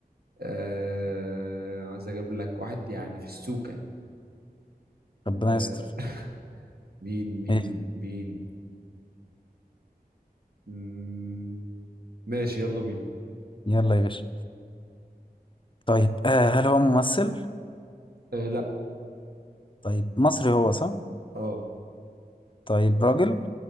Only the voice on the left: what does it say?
ربنا
يستر
ماشي
يلا يا باشا طيب آه هل هو ممثل؟
طيب مصري هو صح؟
طيب راجل؟